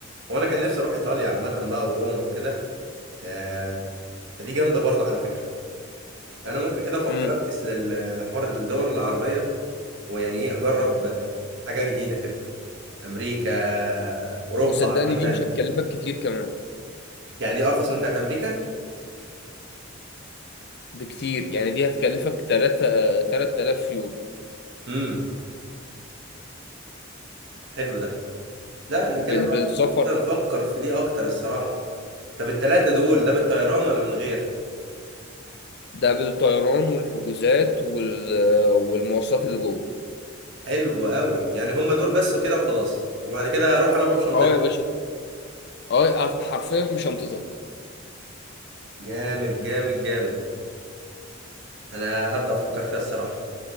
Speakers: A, on the right; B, on the left.
A: وانا كان نفسي اروح ايطاليا عامة بقى وروما وكده آه فدي جامدة برضه على فكرة انا ممكن كده افكر
B: امم
A: افكس لل- لحوار الدول العربية ويعني ايه اجرب آه، حاجة جديدة كده امريكا اوروبا
B: وصدقني
A: عامة
B: دي مش هتكلفك كتير كمان
A: يعني دي ارخص من بتاعت امريكا
B: بكتير يعني دي هتكلفك 3 3000 يورو
A: امم حلو ده لا احنا
B: بال...
A: كده بقى
B: بالسفر
A: إيه، كده نفكر في دي اكتر الصراحة طب التلاتة دول ده بالطيران ولا من غير
B: ده بالطيران والحجوزات وال... والمواصلات اللي جوه
A: حلو قوي يعني هم دول بس وكده وخلاص وبعد كده اروح انا بقى بشنطتها
B: اه يا باشا اه هت- حرفيا مش هنطقك
A: جامد جامد جامد انا هبدأ افكر فيها الصراحة